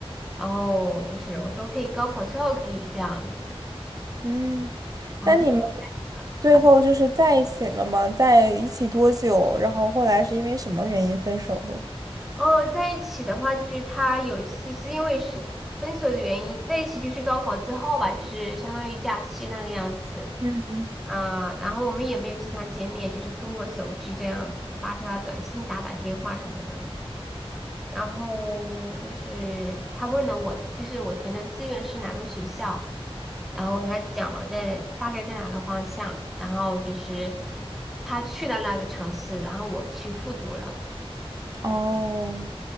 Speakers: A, in the centre; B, on the right.
A: 然后就是我说可以高考之后可以这样子，
B: 嗯，
A: 然后就。
B: 那你们
A: 这样开始了
B: 最后就是在一起了吗？在一起多久？然后后来是因为什么原因分手的？
A: 哦，在一起的话，就是他有一次是因为是分手的原因，在一起就是高考之后吧，就是相当于假期那个样子
B: 嗯，
A: 啊，然后我们也没有经常见面，就是通过手机这样子发发短信、打打电话什么的。然后就是他问了我，就是我填的志愿是哪个学校，然后我给他讲了在大概在哪个方向，然后就是他去了那个城市，然后我去复读了
B: 哦。